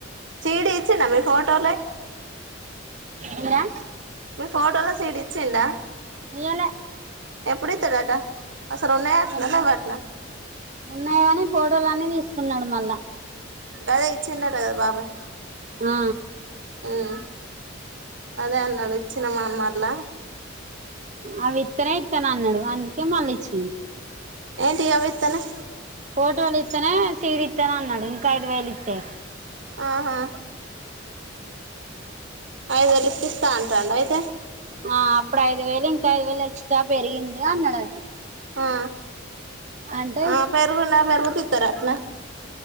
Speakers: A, on the right; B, on the right.
A: సిడి ఇచ్చిండా మీ ఫోటోలై
B: ఎలా
A: మీరు ఫోటోలో సిడి ఇచ్చిండా
B: ఇయ్యలే
A: ఎప్పుడు ఇత్తడట అసలు ఉన్నాయటనా
B: ఎన్న
A: లేవటనా
B: ఉన్నాయి కాని పో లానే తీసుకున్నాడు మళ్ళా
A: గదే ఇచ్చింట కదా బాబాయ్
B: ఆ
A: హ్మ్మ్ అదే ఆన్నాడు చిన్నమామోళ్ల
B: అవి ఇత్తనే ఇత్తనన్నాడు అందుకే మళ్ళీచ్చింది
A: ఏంటి అవిత్తనే
B: ఓటు వాళ్ళ ఇస్తానే సీడ్ ఇస్తాన అన్నాడు ఇంకా ఐదు వేలు ఇస్తాయి
A: ఆహా
B: ఉ
A: అఐదులి పిస్తాన్ తనైతే
B: ఆ అప్పుడు ఐదు వేల ఇంకా ఐదు వేల ఎక్స్ట్రా పెరిగింది అన్నాడట
A: ఆ
B: అంటే
A: ఆ పెరుగుడా పెరుగుతిస్తార అత్న